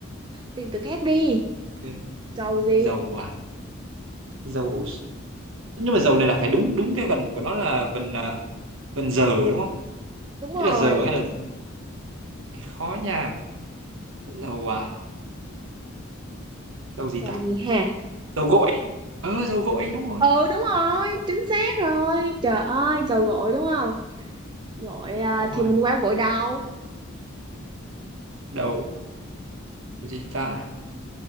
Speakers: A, on the right; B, on the right.
A: tìm từ khác đi
B: Ok.
A: trầu gì
B: Dầu à? Dầu nhưng mà dầu này là phải đúng đúng cái vần của nó là vần à, vần giờ đúng không?
A: đúng rồi
B: Ý là giờ hay là khó nha. Dầu à? Dầu gì
A: trầu
B: ta?
A: gì hả
B: Dầu gội. Ờ dầu gội đúng rồi.
A: ừ đúng rồi chính xác rồi trời ơi trầu gội đúng không gội à,
B: Đúng rồi.
A: thì mình qua gội đầu
B: Đầu gì ta?